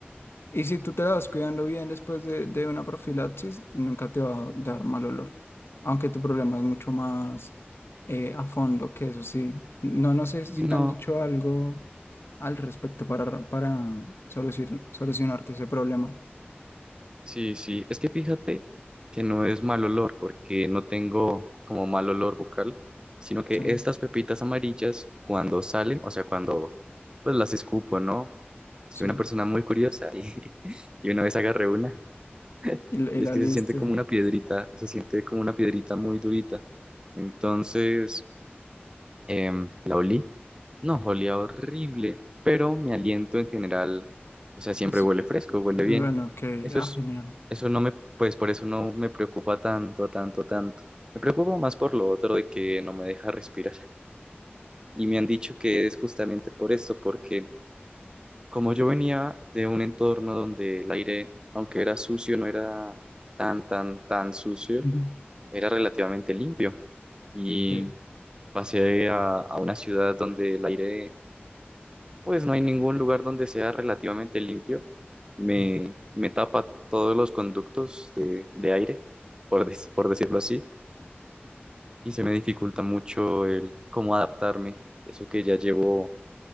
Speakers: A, on the left; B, on the right.
A: Y si tú te la vas cuidando bien después de, de una profilaxis, nunca te va a dar mal olor. Aunque tu problema es mucho más eh, a fondo que eso, sí. No, no sé si
B: Y no,
A: te han dicho algo al respecto para, para solucionar, solucionarte ese problema.
B: sí, sí. Es que fíjate que no es mal olor, porque no tengo como mal olor bucal, sino que
A: Sí,
B: estas pepitas amarillas, cuando salen, o sea, cuando pues las escupo, ¿no? Soy
A: sí.
B: una persona muy curiosa y, <laughs> y una vez agarré una.
A: Y, la
B: Y
A: y la
B: es que
A: lista
B: se siente como una piedrita, se siente como una piedrita muy durita. Entonces, Em, la olí. No, olía horrible, pero mi aliento en general, o sea, siempre
A: es-
B: huele fresco,
A: es
B: huele bien.
A: bueno, ok.
B: Eso
A: Ah,
B: es,
A: genial.
B: eso no me, pues por eso no me preocupa tanto, tanto, tanto. Me preocupa más por lo otro de que no me deja respirar. Y me han dicho que es justamente por esto, porque como yo venía de un entorno donde el aire, aunque era sucio, no era tan, tan, tan sucio,
A: Ujú.
B: era relativamente limpio. Y
A: Sí,
B: Pasé a, a una ciudad donde el aire, pues no hay ningún lugar donde sea relativamente limpio. Me, me tapa todos los conductos de, de aire, por, dec- por decirlo así, y se me dificulta mucho el cómo adaptarme. Eso que ya llevo,